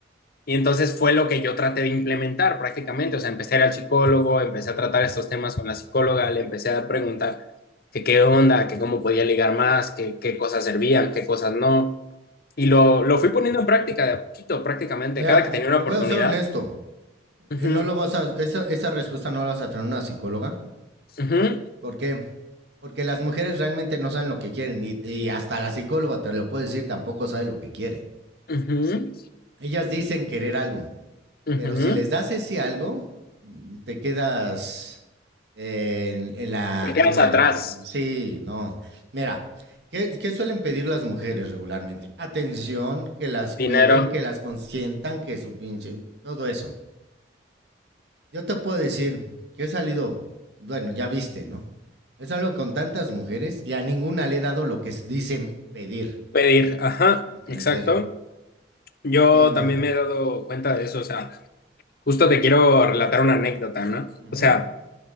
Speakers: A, on the left; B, on the right.
A: Y entonces fue lo que yo traté de implementar prácticamente. O sea, empecé a ir al psicólogo, empecé a tratar estos temas con la psicóloga, le empecé a preguntar que qué onda, que cómo podía ligar más, que qué cosas servían, qué cosas no. Y lo, lo fui poniendo en práctica de a poquito, prácticamente,
B: Mira,
A: cada que tenía una
B: te
A: oportunidad.
B: voy a ser honesto.
A: Ujú,
B: eh, No lo vas a, esa, esa respuesta no la vas a tener una psicóloga.
A: ujú,
B: ¿Por qué? Porque las mujeres realmente no saben lo que quieren y, y hasta la psicóloga te lo puede decir, tampoco sabe lo que quiere.
A: ujú,
B: Ellas dicen querer algo,
A: ujú.
B: pero si les das ese algo, mm, te quedas Eh, en, en la,
A: Te quedas
B: en la,
A: atrás,
B: sí, no. Mira, ¿qué, qué suelen pedir las mujeres regularmente? Atención, que las
A: dinero,
B: cuiden, que las consientan, que su pinche, todo eso. Yo te puedo decir que he salido, bueno, ya viste, ¿no? He salido con tantas mujeres y a ninguna le he dado lo que s- dicen pedir.
A: pedir, ajá,
B: ¿no?
A: exacto.
B: En serio.
A: Yo
B: Eh, mm,
A: también me he dado cuenta de eso, o sea, justo te quiero relatar una anécdota, ¿no?
B: ujú,
A: O sea,